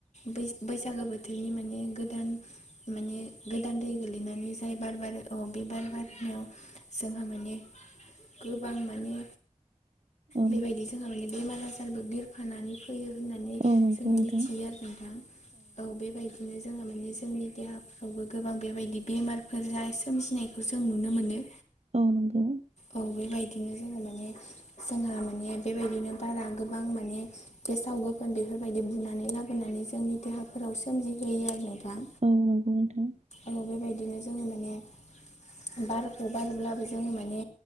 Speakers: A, on the left; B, on the right.
A: बे बैसागो बोथोरनि माने गोदान माने गोदान दै गोलैनानै जाय बार बार ओ बे बार बारनायाव जोंहा माने गोबां माने
B: औ
A: बेबादि जोंहा माने बेमार आजारबो बिर फानानै फैयो होननानै
B: औ नंगौ
A: जोङो
B: नोंथां
A: मिथियो आरो नोंथां औ बेबायदि बिदिनो जोंओ माने जोंनि देहाफ्रावबो गोबां बेबादि बेमारफोर जा सोमजिनायखौ जों नुनो मोनो
B: औ नंगौ
A: औ बेबायदिनो जोङो माने जोंहा माने बेबायदिनो बारा गोबां माने गेसाव गोफोन बेफोरबादि बुनानै लाबोनानै जोंनि देहाफोराव सोमजिहोयो आरो नोंथां
B: औ नोंगौ नोंथां
A: औ बेबायदिनो जों माने बारखौ बारोब्लाबो जोङो माने